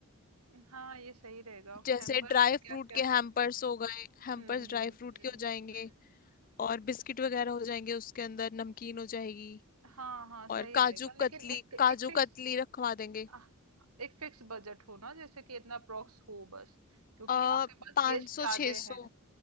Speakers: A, on the right (about 85°); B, on the left (about 40°).
A: हाँ ये सही रहेगा
B: जैसे
A: हैम्पर्स
B: ड्राई
A: में
B: फ्रूट
A: क्या क्या
B: के हैम्पर्स हो गए हैम्पर्स
A: हम्म
B: ड्राई
A: हम्म हम्म
B: फ्रूट के हो जाएंगे
A: हम्म
B: और बिस्किट वगैरह हो जाएंगे उसके अंदर नमकीन हो जाएगी
A: हाँ हाँ सही
B: और
A: रहेगा
B: काजू
A: लेकिन
B: कतली
A: एक एक
B: काजू
A: फिक्स
B: कतली रखवा देंगे
A: आह, एक फिक्स बजट हो ना जैसे कि इतना अप्रोक्स हो बस क्योंकि
B: आ
A: आपके पास
B: पाँच
A: गेस्ट
B: सौ
A: ज्यादा
B: छः सौ
A: हैं